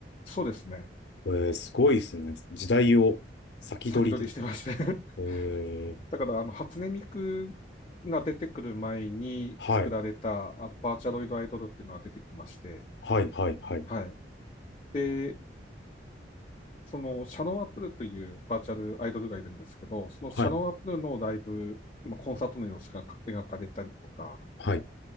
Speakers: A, on the left (about 30°); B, on the left (about 70°).
A: そうですね。
B: ええすごいですね。時代を先取りで。
A: 先取りしてまして <laughs>
B: ええ
A: だからあの初音ミクが出てくる前に作られたあのバーチャロイドアイドルっていうのが出てきまして、
B: はい、はい、はい、はい、
A: はい。で、そのシャノンアップルというバーチャルアイドルがいるんですけど、そのシャノンアップルのライブ、
B: はい、
A: まあコンサートの様子が描かれたりとか、
B: はい。